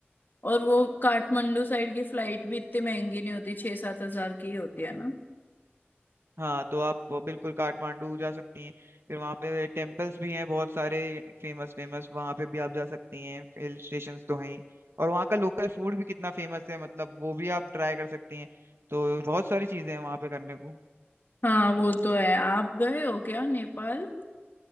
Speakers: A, on the left; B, on the right.
A: और वो काठमांडू साइड की फ्लाइट भी इतनी महंगी नहीं होती छह सात हजार की ही होती है ना
B: हाँ तो आप बिल्कुल काठमांडू जा सकती हैं फिर वहाँ पे टेम्पल्स भी हैं बहुत सारे फेमस फेमस वहाँ पे भी आप जा सकती हैं हिल स्टेशंस तो हैं ही और वहाँ का लोकल फूड भी कितना फेमस है मतलब वो भी आप ट्राई कर सकती हैं तो बहुत सारी चीज़ें हैं वहाँ पे करने को
A: हाँ वो तो है आप गए हो क्या नेपाल